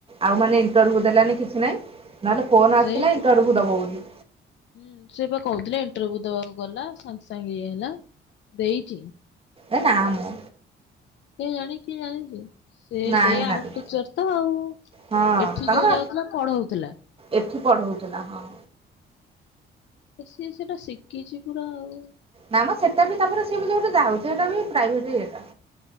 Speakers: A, on the right; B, on the left.
A: ଆଉ ମାନେ ଇଣ୍ଟରଭ୍ୟୁ ଦେଲାନି କିଛି ନହିଁ ନହେଲେ ଫୋନ୍ ଆସିଥିଲା
B: ସେ
A: ଇଣ୍ଟରଭ୍ୟୁ ଦବ ବୋଲି।
B: ହୁଁ ସେ ପା କହୁଥିଲେ ଇଣ୍ଟରଭ୍ୟୁ ଦେବାକୁ ଗଲା ସାଙ୍ଗେ ସାଙ୍ଗେ ଇଏ ହେଲା ଦେଇଚି
A: ଏ ନା ମ
B: କେ ଜାଣି କିଏ ଜାଣିଚି ସେ
A: ନାଇଁ
B: ସେଇ ଆର୍ଟସ୍
A: ନାଇଁ
B: ଟିଚର୍ ତ ଆଉ
A: ହଁ
B: ଏଠି
A: ତାଙ୍କର
B: ଯୋଉ ଯାଉଥିଲା ପଢ଼ଉଥିଲା।
A: ଏଠି ପଢଉଥିଲା ହଁ
B: ସିଏ ସେଟା ଶିଖିଛି ପୁରୁରା ଆଉ
A: ନା ସେଟା ବି ତାପରେ ସେ ବି ଯୋଉଟା ହଉଛି ସେଇଟା ବି ପ୍ରାଇଭେଟ୍ ଇଏଟା